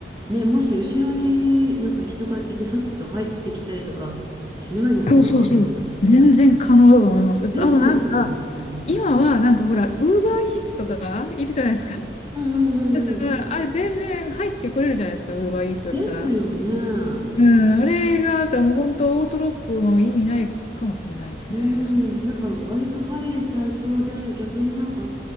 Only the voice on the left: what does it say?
そうそうそう。全然可能だと思います。あとあとなんか、
今はなんかほら、ウーバーイーツとかがいるじゃないですか。だ
からあれ全然入ってこれるじゃないですか、ウーバーイーツだったら。
うん、あれが、もう本当オートロックも意味ないかもしれないですね。
それ